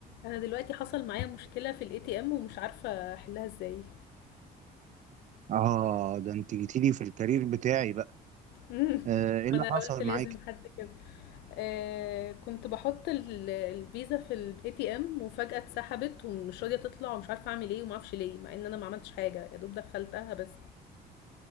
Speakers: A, on the left; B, on the right.
A: انا دلوقتي حصل معايا مشكله في الاي تي ام ومش عارفه احلها ازاي
B: اه ده انت جيتيلي في الكارير بتاعي بقى
A: امم
B: آه، ايه اللي
A: وانا قلت
B: حصل
A: لازم
B: معاك
A: حد كده آه كنت بحط ال- الفيزا في الاي تي ام وفجاه اتسحبت ومش راضيه تطلع ومش عارفه اعمل ايه وما اعرفش ليه مع ان انا ما عملتش حاجه يا دوب دخلتها بس